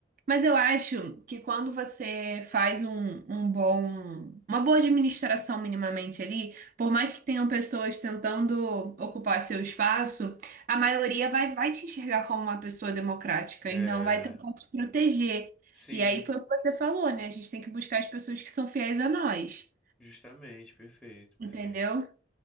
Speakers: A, on the right (about 45°); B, in the centre.
A: Mas eu acho que quando você faz um, um bom, uma boa administração minimamente ali, por mais que tenham pessoas tentando ocupar seu espaço, a maioria vai, vai te enxergar como uma pessoa democrática,
B: é.
A: então vai tentar te proteger.
B: Sim,
A: E aí foi o que você falou, né? A gente tem que buscar as pessoas que são fiéis a nós,
B: justamente, perfeito, perfeito.
A: entendeu?